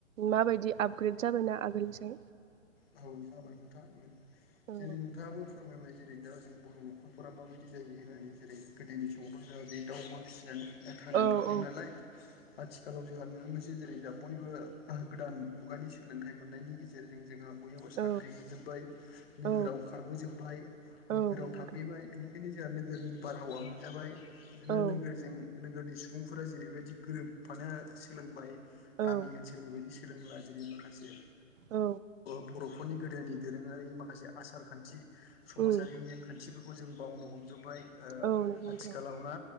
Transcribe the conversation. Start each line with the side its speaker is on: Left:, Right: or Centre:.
Right: माबायदि आपग्रेड, जाबाय ना आगोलसिम
Left: औ, जाबाय नोंथां
Right: औ
Left: जेरै नोंथाङाबो, फोरमायबाय जेरै दा जों बर' न'खरफोरा माबायदि जायो होननानै जेरै गोदोनि समावथ जोंहा जेरै दाउ अमा फिसिनानै थांनानै
Right: औ
Left: थाबैयो
Right: औ
Left: नालाय आथि खालाव जोंहा नुनो मोनो। जेरै जा बयबो गोदान मुगानि सोलों थाइ मोननायनि गेजेरजों जोंहा बयहाबो
Right: औ
Left: साख्रि मोनजोब बाय नोगोराव
Right: औ
Left: खारबो जोबबाय
Right: औ
Left: नोगोराव
Right: नोंथां
Left: थाफैबाय बिनि बेंखायनो जोंहा गोरनि बारहावा मोनजाबाय बिदिनो
Right: औ
Left: नोगोरजों नोगोरनि सुबुंफोरा जेरै'बायदि गोरोबफानो सोलोंबाय
Right: औ
Left: गामि ओनसोलनि बायदि फोरोंला जेरै माखासे
Right: औ।
Left: बर'फोरनि गोदोनि दोरोङारि माखासे आसार खान्थि समाजारि
Right: उम
Left: नेम खान्थिफोर खौ जों बावनो हमजोब्बाय ओ
Right: औ नंगौ नोंथां
Left: आथिखालाव ना